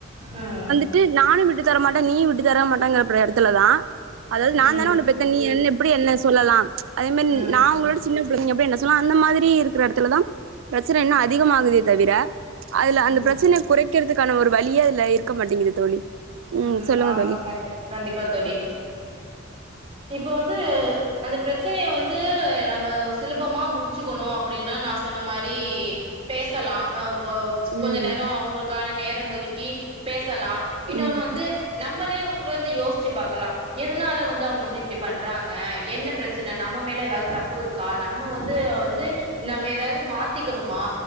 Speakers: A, on the right (about 30°); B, on the right (about 70°).
A: ம்
B: ட்டு நானு விட்டு தரமாட்டே நீயு விட்டு தரமாட்டேங்கிறப்ப எடத்துலதா அதாவ்து நா
A: ம்
B: தான ஒன்ன பெத்தே நீ என்ன எப்டி என்ன சொல்லலா அதே மேன்
A: ம்
B: நா உங்களோட சின்ன பிள்ளைங்க எப்டி என்ன சொன்னா அந்த மாத்ரி இருக்கிற எடத்துலதா பிரச்சன இன்னு அதிகமாகுதே தவிர அதுல
A: ம்
B: அந்த பிரச்சன குறைக்கிறதுக்கான ஒரு வழியே அதுல இருக்க மாட்டிங்குது தோழி
A: ம்
B: சொல்லுங்க
A: ஆமா
B: தோழி
A: கண் கண்டிப்பா தோழி இப்ப வந்து அந்த பிரச்சனைய வந்து நாம சுலபமா முடிச்சுக்கணு அப்டின்னா நா சொன்ன மாரி பேசலா அ கொ கொஞ்ச
B: ம்
A: நேரோ அவுங்களுக்கான நேரம் ஒதுக்கி பேசலா இன்னோனு
B: ம்
A: வந்து நம்மளே இவுங் கூட இருந்து யோசிச்சு பாக்கலா எதனால வந்து அவுங்க வந்து இப்டி பண்றாங்க என்ன பிரச் செர் நா நம்ம மேல எதாவ்து தப்பு இருக்கா நம்ம வந்து வந்து நம்ம எதாவ்து மாத்திக்கணுமா